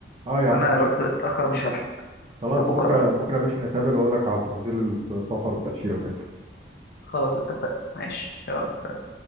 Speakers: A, on the right; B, on the left.
A: اه يا
B: بس
A: عم
B: انا الوقت دلوقتي اتاخر مش هلحق
A: خلاص
B: فبكره
A: بكره
B: بقى
A: بكره يا باشا نتقابل واقول لك على تفاصيل السفر والتاشيره وكده
B: خلاص اتفقنا ماشي يلا سلام.